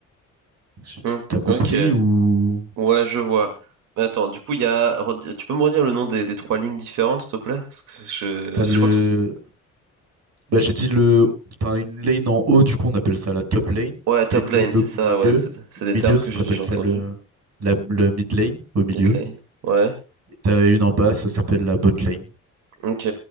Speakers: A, on the right; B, on the right.
A: Je-
B: Hmm,
A: T'as compris
B: ok.
A: ou
B: Ouais, je vois. Mais Attends, du coup, il y a, redi- tu peux me redire le nom des, des trois lignes différentes, s'il te plaît? Parce que je,
A: t'as
B: je
A: le...
B: crois que c'est-
A: Bah, j'ai dit le... T'as une lane en haut, du coup on appelle ça la top lane.
B: Ouais, top
A: T'as une
B: lane,
A: lane
B: c'est
A: au
B: ça,
A: milieu.
B: ouais, c'est c'est des
A: Milieu,
B: termes
A: ça
B: que
A: s'appelle
B: j'ai déjà
A: ça
B: entendus.
A: le... La, le mid lane, au milieu.
B: Mid lane. Ouais,
A: Et t'as une en bas, ça s'appelle la bot lane.
B: ok.